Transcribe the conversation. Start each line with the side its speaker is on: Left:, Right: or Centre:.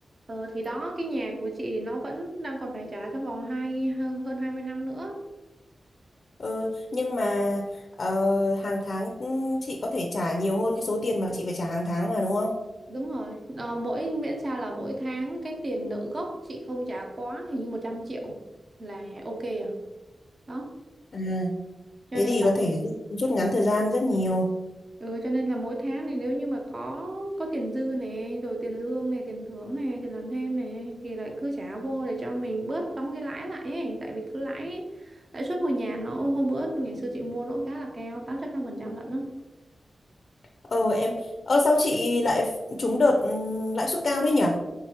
Right: Ờ, thì đó cái nhà của chị nó vẫn đang còn phải trả trong vòng hai hơ- hơn 20 năm nữa.
Left: Ừ, nhưng mà ờ, hàng tháng ừ, chị có thể trả nhiều hơn cái số tiền mà chị phải trả hàng tháng mà đúng không?
Right: Đúng rồi. Ờ, mỗi miễn sao là mỗi tháng cái tiền nợ gốc chị không trả quá hình như 100 triệu là ok à. Đó.
Left: À,
Right: Cho
Left: Thế
Right: nên
Left: thì
Right: là,
Left: có thể rút, rút ngắn thời gian rất nhiều.
Right: ừ, cho nên là mỗi tháng thì nếu như mà có có tiền dư này rồi tiền lương này, tiền thưởng này, tiền làm thêm này thì lại cứ trả vô để cho mình bớt đóng cái lãi lại ấy, tại vì cứ lãi lãi suất ngôi nhà nó hôm bữa ngày xưa chị mua nó cũng khá là cao, tám chấm năm phần trăm lận đó.
Left: Ờ em, ờ sao chị lại f- trúng đợt ừm, lãi suất cao thế nhỉ?